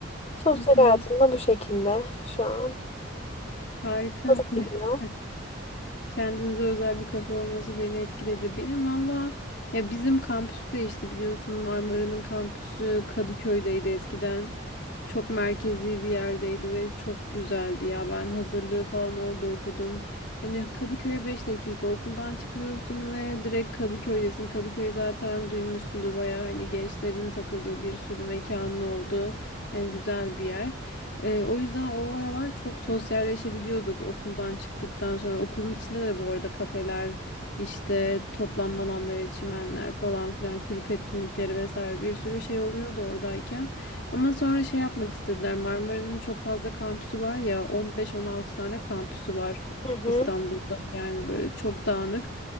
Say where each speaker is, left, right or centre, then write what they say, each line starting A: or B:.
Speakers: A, on the left; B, on the left.
A: Sosyal
B: Hı hı.
A: hayatım da bu şekilde şu an.
B: Harika.
A: Nasıl
B: <laughs>
A: gidiyor?
B: Kendinize özel bir kafe olması beni etkiledi. Benim valla ya bizim kampüs değişti biliyorsun. Marmara'nın kampüsü Kadıköy'deydi eskiden. Çok merkezi bir yerdeydi ve çok güzeldi ya. Ben hazırlığı falan orada okudum. Hani Kadıköy'e 5 dakika okuldan çıkıyorsun ve direkt Kadıköy'desin. Kadıköy zaten duymuşsundur bayağı hani gençlerin takıldığı bir sürü mekanın oldu. Hani güzel bir yer. Ee, o yüzden o aralar çok sosyalleşebiliyorduk okuldan çıktıktan sonra. Okulun içinde de bu arada kafeler, işte toplanma alanları, çimenler falan filan, kulüp etkinlikleri vesaire bir sürü şey oluyordu oradayken. Ama sonra şey yapmak istediler. Marmara'nın çok fazla kampüsü var ya 15-16 tane kampüsü var
A: Hı hı.
B: İstanbul'da yani böyle çok dağınık.